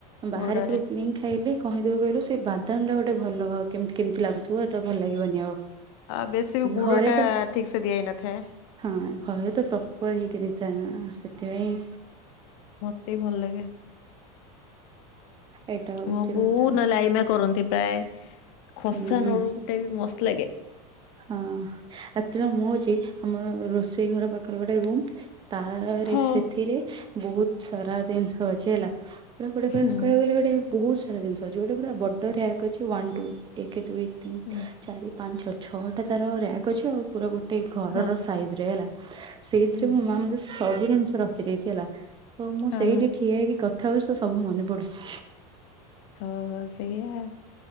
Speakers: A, on the right; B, on the left.
A: ବାହାରେ
B: ଗୁଡରେ
A: ତାକୁ କିଣିକି ଖାଇଲେ କହିଦବ କହିଲୁ ସେ ବାଦାମଟା ଗୋଟେ ଭଲ କେମିତି କେମିତି ଲାଗୁଥିବ। ତୁ ଏଟା ଭଲ ଲାଗିବନି ଆଉ
B: ଆ ବେଶୀ ବି ଗୁଡ
A: ଘରେ
B: ଟା
A: ତ
B: ଠିକ ସେ ଦିଆ ହେଇନଥାଏ।
A: ହଁ ଘୟ ତ ପ୍ରପର ହେଇକି ଦେଇଥା ନା ସେଥିପାଇଁ
B: କେତେ ଭଲ ଲାଗେ।
A: ଏଇଟା ହଉଛି
B: ମୋ ବହୁତ
A: କଥା
B: ନେ ଲାଇମା କରନ୍ତି ପ୍ରାୟ ଖସା
A: ହୁଁ।
B: ନଡୁ ଟା ବି ମସ୍ତ ଲାଗେ
A: ହଁ ରାତିରେ ମୁଁ ହଉଛି ଆମ ରୋଷେଇ ଘର ପାଖରେ ଗୋଟେ ରୁମ୍ ତା
B: ହଁ।
A: ରେ ସେଥିରେ ବହୁତ ସାରା ଜିନିଷ ହଜି ହେଲା ପୁରା ଗୁଟେ କ
B: ହୁଁ
A: କହିବାକୁ ଗଲେ ଗୋଟେ ବହୁତ ସାରା ଜିନିଷ ଅଛି ଗୋଟେ ପୁରା ବଡ଼ ର୍ୟାଗ ଅଛି ୱାନ୍ ଟୁ ଏକ ଦୁଇ ତିନି
B: ହୁଁ
A: ଚାରି ପାଞ୍ଚ ଛଅ। ଛଅଟା ତାର ରାକ୍ ଅଛି ଆଉ ପୁରା ଗୋଟେ ଘରର
B: ହଁ
A: ସାଇଜ ରେ ହେଲା ସେଇଥିରେ
B: ହୁଁ
A: ମୋ ମା ମତ ସବୁ ଜିନିଷ ରଖିଦେଇଛି ହେଲା ତ ମୁଁ
B: ହଁ
A: ସେଇଠି
B: ହଁ।
A: ଠିଆ ହେଇକି କଥା ହୋଉଚି ତ ସବୁ ମନେ ପଡୁଛି।
B: ହଉ ହଉ ସେଇଆ।